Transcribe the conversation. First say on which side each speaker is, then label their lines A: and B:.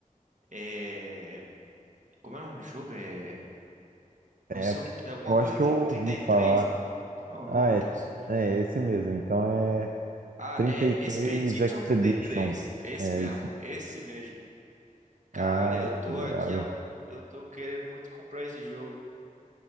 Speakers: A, on the right; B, on the right.
A: é, como é o nome do jogo? É, não
B: é,
A: sei, o- é alguma
B: eu
A: coisa
B: acho que
A: tri-
B: eu ouvi
A: trinta e
B: falar.
A: três mano. Como é o nome?
B: Ah, é,
A: Putz.
B: é esse mesmo. Então é
A: Ah,
B: trinta
A: é
B: e três
A: Expedition
B: Expedition.
A: trinta e três. É esse
B: É
A: mesmo,
B: isso.
A: é esse mesmo. Cara,
B: Ah,
A: eu tô
B: tá ligado.
A: aqui a um. Eu tô querendo muito comprar esse jogo